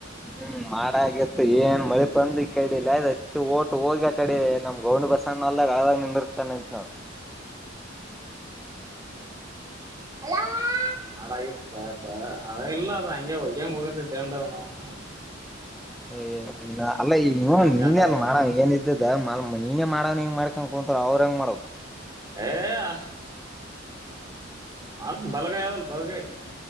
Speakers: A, in the centre; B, on the right.
A: ಹ್ಮಮಾಡ ಆಗಿತ್ತು ಏನ್ ಮಳೆ ಬಂದು ಕೈ ಕಡಿಲ್ಲ ಮ ಓಟು ಹೋಗಿ ಆ ಕಡೆ ನಮ್ ಗೌಂಡಿ ಬಸ್ಸ ಅಣ್ಣ ಅಲ್ದಾಗ ಆಾಗ ನಿಂದಿರ್ತಾನ ಅಂತ ನಾವವು <inaudible>
B: ಅಲಾ ಮಾಡಗತ್ತು ಪಪ ಅದ ಇಲ್ಲ ಅದ ಹಂಗೆ ಹೋಗ್ಯ್ಯಾಂಗ ಹೋಗತಿ ತೊಂಡವ್ನವ್ನು
A: ಏ ಅಲ್ಲ ಈಗ
B: ಸೆಂಟ
A: ನೀನ
B: ಆದ
A: ಅಲ್ಲ ಮಾಡವ ಏನ ಇದ್ದದ ನೀನೇ ಮಾಡವನ ಹೆಂಗ ಮಾಡ್ ಹೆಗೆ ಕುಂತಾರೆ ಅವ್ರಹೆಂಗೆ ಮಾಡೋದು
B: ಅ <inaudible> ಮಾಲ್ ಬಲಗೈ ಅದಲ್ ಬಲಗೈ